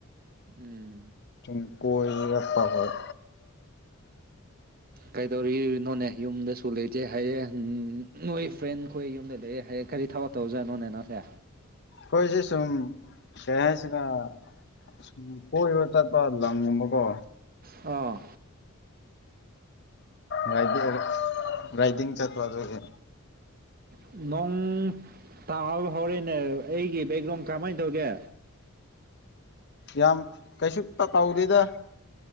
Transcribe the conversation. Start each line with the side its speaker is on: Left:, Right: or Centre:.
Right: ꯎꯝ
Left: ꯁꯨꯝ ꯀꯣꯏꯔꯛꯄ ꯑꯈꯣꯏ
Right: ꯀꯩꯗꯧꯔꯤꯅꯣꯅꯦ ꯌꯨꯝꯗꯁꯨ ꯂꯩꯇꯦ ꯍꯥꯏꯌꯦ ꯅꯣꯏ ꯐ꯭ꯔꯦꯟ ꯈꯣꯏ ꯌꯨꯝꯗ ꯂꯩꯑꯦ ꯍꯥꯏꯌꯦ ꯀꯔꯤ ꯊꯕꯛ ꯇꯧꯖꯥꯠꯅꯣꯅꯦꯅꯣꯁꯦ
Left: ꯈꯣꯏꯁꯦ ꯁꯨꯝ ꯀꯩ ꯍꯥꯏꯁꯤꯔ ꯁꯨꯝ ꯀꯣꯏꯕ ꯆꯠꯄ ꯂꯝꯒꯨꯝꯕꯀꯣ
Right: ꯑꯥ
Left: ꯔꯥꯏꯗꯤꯡ ꯔꯥꯏꯗꯤꯡ ꯆꯠꯄ ꯑꯗꯨꯒꯤ
Right: ꯅꯣꯡ ꯇꯥꯍꯧ ꯍꯧꯔꯦꯅꯦ ꯑꯩꯒꯤ ꯕꯦꯛꯒ꯭ꯔꯥꯎꯟ ꯀꯔꯝꯃꯥꯏꯟ ꯇꯧꯒꯦ
Left: ꯌꯥꯝ ꯀꯩꯁꯨꯞꯇ ꯇꯧꯗꯦꯗ